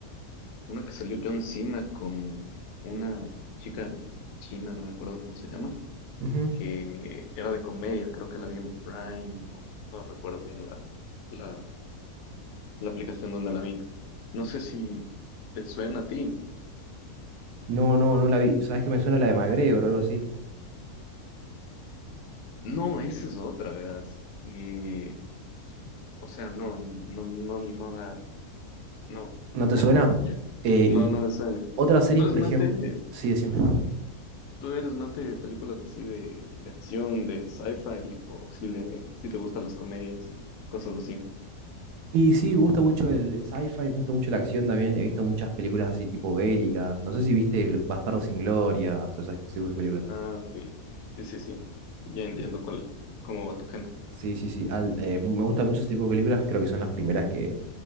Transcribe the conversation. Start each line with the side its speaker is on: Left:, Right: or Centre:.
Left: una que salió John Cena con una chica china, no me acuerdo cómo se llama,
Right: ujú.
Left: que era de comedia, creo que la vi en Prime, o no recuerdo bien la, la la aplicación donde la vi. No sé si te suena a ti.
Right: No, no, no la vi. ¿Sabes que me suena la de MacGregor o algo así?
Left: No, esa es otra, verás. Y, o sea, no, no, no, nada, no,
Right: ¿No te
Left: <laughs>
Right: suena? Eh, y
Left: no, no me suena.
Right: otras series,
Left: Tú eres
Right: por
Left: más
Right: ejemplo.
Left: de,
Right: Sí, decime.
Left: tú eres más de películas así de, de acción, de sci-fi, o si le, si te gustan las comedias y cosas así.
Right: Y sí, me gusta mucho el, el sci-fi, me gusta mucho la acción también. He visto muchas películas así tipo bélicas. No sé si viste Gl- Bastardos sin Gloria o esas ese tipo de películas.
Left: Ah, ok. Sí, sí, sí. Ya entiendo
Right: Bien.
Left: cuál, cómo va tu género.
Right: Sí, sí, sí. Al- eh, me gustan muchos tipos de películas. Creo que son las primeras que,